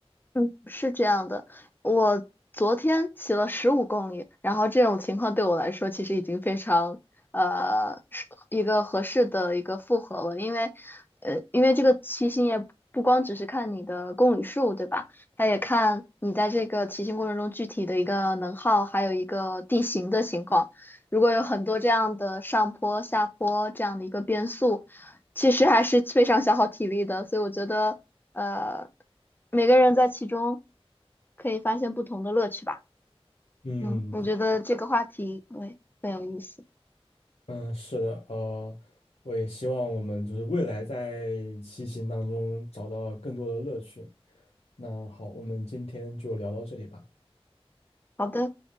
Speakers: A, on the left; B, on the left.
A: 嗯，是这样的，我昨天骑了十五公里，然后这种情况对我来说其实已经非常呃是一个合适的一个负荷了，因为呃因为这个骑行也不光只是看你的公里数，对吧？它也看你在这个骑行过程中具体的一个能耗，还有一个地形的情况。如果有很多这样的上坡、下坡这样的一个变速。其实还是非常消耗体力的，所以我觉得，呃，每个人在其中可以发现不同的乐趣吧。
B: 嗯，
A: 嗯，我觉得这个话题，
B: 对
A: 对，很有意思。
B: 嗯，是的，呃，我也希望我们就是未来在骑行当中找到更多的乐趣。那好，我们今天就聊到这里吧。
A: 好的。